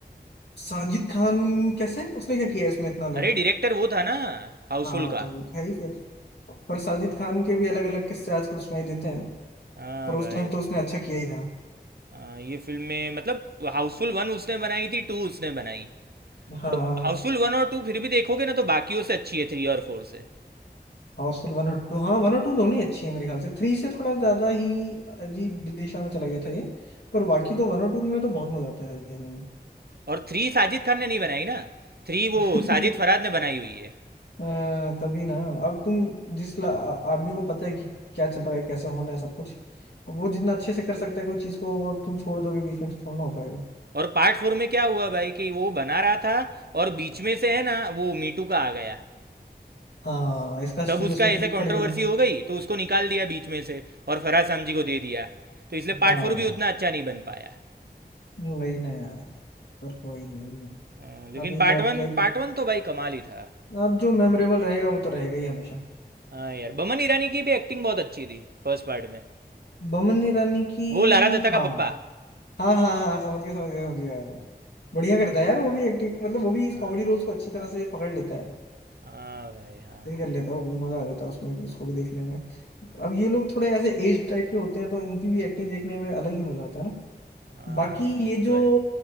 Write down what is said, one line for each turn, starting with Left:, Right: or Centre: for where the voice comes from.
Left: साजिद खान कैसे उसने क्या किया है इसमें इतना अलग
Right: अरे डायरेक्टर वो था ना हाउसफुल
Left: हाँ
Right: का
Left: तो वो तो है ही फिर पर साजिद खान के भी अलग अलग किस्से आजकल सुनाई देते हैं
Right: हाँ
Left: पर उस
Right: भाई
Left: टाइम तो उसने अच्छा किया ही था
Right: हाँ ये फिल्म में मतलब हाउसफुल वन उसने बनाई थी टू उसने बनाई
Left: हाँ
Right: तो हाउसफुल वन और टू फिर भी देखोगे ना तो बाकियों से अच्छी है थ्री और फोर से
Left: हाउसफुल वन और टू हाँ वन और टू दोनों ही अच्छी है मेरे ख्याल से थ्री से थोड़ा ज्यादा ही अजीब दिशा में चला गया था ये पर बाकी तो वन और टू में तो बहुत मजा आता है देखने
Right: और थ्री साजिद खान ने नहीं बनाई ना थ्री वो
Left: में
Right: साजिद
Left: <laughs>
Right: फरहाद ने बनाई हुई है
Left: हाँ, तभी ना अब तुम जिस ला- आ- आदमी को पता है कि क्या चल रहा है कैसे होना है सब कुछ अब वो जितना अच्छे से कर सकता है कोई चीज को वो अब तुम छोड़ दोगे बीच में तो थोड़ा ना हो पाएगा
Right: और पार्ट फोर में क्या हुआ भाई कि वो बना रहा था और बीच में से है ना वो मीटू का आ गया
Left: हाँ इसका
Right: तब
Left: फिर
Right: उसका
Left: उसमें
Right: ऐसे
Left: कीच
Right: कंट्रोवर्सी
Left: पड़ गया है
Right: हो गई तो उसको निकाल दिया बीच में से और फराज सामजी को दे दिया तो इसलिए
Left: हाँ
Right: पार्ट फोर भी उतना अच्छा नहीं बन पाया
Left: वही ना यार पर कोई नहीं
Right: हाँ, लेकिन
Left: अभी
Right: पार्ट
Left: तो
Right: वन
Left: अब क्या ही
Right: पार्ट
Left: कर-
Right: वन तो भाई कमाल ही था
Left: अब जो मेमोरेबल रहेगा वो तो रहेगा ही हमेशा
Right: हाँ यार बमन ईरानी की भी एक्टिंग बहुत अच्छी थी फर्स्ट पार्ट में
Left: बमन ईरानी की
Right: वो लारा दत्ता का
Left: हाँ
Right: पप्पा
Left: हाँ हाँ हाँ समझ गया समझ गया समझ गया बढ़िया करता है यार वो भी एक्टिंग मतलब वो भी इस
Right: हाँ
Left: कॉमेडी रोल्स को अच्छी तरह से पकड़ लेता है
Right: हाँ भाई हाँ
Left: ये कर लेता वो भी मजा आ जाता है उसमें भी इसको भी देखने में अब ये लोग थोड़े ऐसे एज टाइप के होते हैं तो इनकी भी एक्टिंग देखने में अलग ही मजा आता है ना
Right: हाँ
Left: बाकी
Right: हाँ हाँ,
Left: ये
Right: वो तो
Left: जो
Right: है